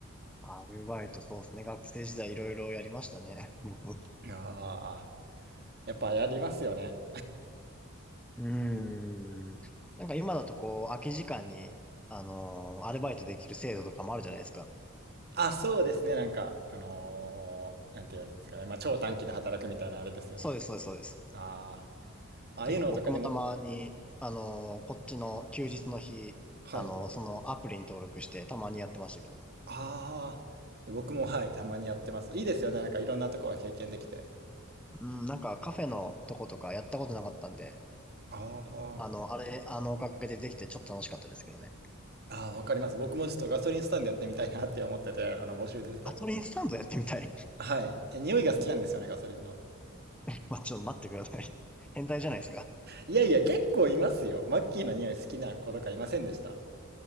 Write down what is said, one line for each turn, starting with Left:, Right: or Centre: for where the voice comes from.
Centre: アルバイト、そうですね。学生時代いろいろやりましたね。<laughs> 僕も。
Right: ーいああやっぱやりますよね
Centre: うーん。なんか今だとこう、空き時間に、あのーアルバイトできる制度とかもあるじゃないですか。
Right: あそうですねなんかあのーなんていうんですかねまあ超短期で働くみたいなあれですよね
Centre: そうです、そうです、そうです。
Right: ああああいうのとかでも
Centre: 結構僕もたまに、あのーこっちの休日の日、
Right: はい
Centre: あのーそのアプリに登録してたまにやってましたけど。
Right: ああ、僕もはい、たまにやってます。いいですよね、なんかいろんなとこが経験できて。
Centre: うん、なんかカフェのとことかやったことなかったんで、
Right: あ
Centre: あの、あれ、あのおかげでできてちょっと楽しかったですけどね。
Right: あ、ああ、わかります。僕もちょっとガソリンスタンドやってみたいなって思ってて、あの、募集出てたんで。
Centre: ガトリンスタンドやってみたい。
Right: はい。え、匂いが好きなんですよね、ガソリンの。
Centre: <laughs> まあ、ちょっと待ってください。変態じゃないですか。
Right: いやいや、結構いますよ。マッキーの匂い好きな子とかいませんでした。